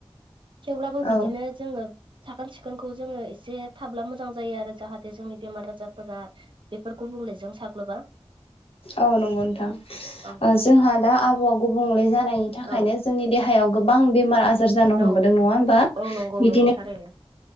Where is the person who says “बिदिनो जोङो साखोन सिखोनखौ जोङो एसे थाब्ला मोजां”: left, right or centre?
Right